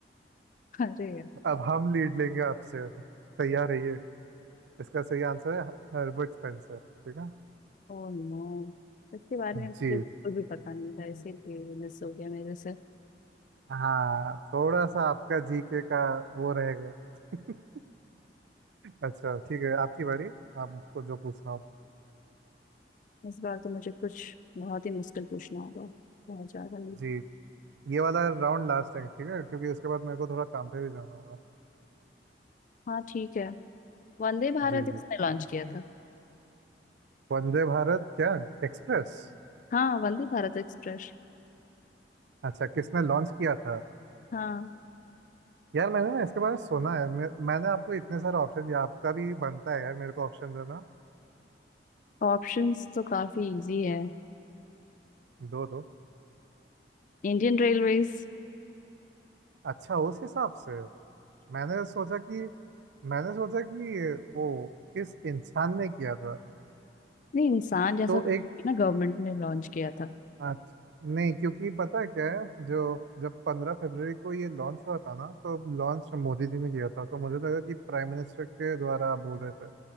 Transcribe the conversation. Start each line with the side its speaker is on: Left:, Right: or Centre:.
Left: अरे यार
Right: अब हम लीड लेंगे आपसे तैयार रहिए इसका सही आंसर है हर्बर्ट स्पेंसर ठीक है
Left: ओ नो इसके बारे में मुझे
Right: जी
Left: बिल्कुल भी पता नहीं था इसीलिए मिस हो गया मेरे से
Right: हाँ थोड़ा सा आपका जीके का वो रहेगा <laughs> अच्छा ठीक है आपकी बारी आपको जो पूछना हो
Left: इस बार तो मुझे कुछ बहुत ही मुश्किल पूछना होगा बहुत ज्यादा ही
Right: जी ये वाला राउंड लास्ट है ठीक है क्योंकि उसके बाद मेरे को थोड़ा काम पे भी जाना होगा
Left: हाँ ठीक है वंदे भारत
Right: जी
Left: इसने
Right: जी
Left: लॉन्च किया था
Right: वंदे भारत क्या एक्सप्रेस
Left: हाँ वंदे भारत एक्सप्रेस
Right: अच्छा किसने लॉन्च किया था
Left: हाँ
Right: यार मैंने ना इसके बारे में सुना है मैं, मैंने आपको इतने सारे ऑप्शन दिया आपका भी बनता है यार मेरे को ऑप्शन देना
Left: ऑप्शंस तो काफी इजी है
Right: दो दो
Left: Indian railways
Right: अच्छा उस हिसाब से मैंने सोचा कि मैंने सोचा कि वो किस इंसान ने किया था
Left: नहीं इंसान जैसा
Right: तो
Left: कुछ
Right: एक
Left: ना गवर्नमेंट ने लॉन्च किया था
Right: अच्छा नहीं क्योंकि पता है क्या है जो जब पंद्रह फरवरी को ये लॉन्च हुआ था ना तो लॉन्च मोदी जी ने किया था तो मुझे लगा कि प्राइम मिनिस्टर के द्वारा आप बोल रहे थे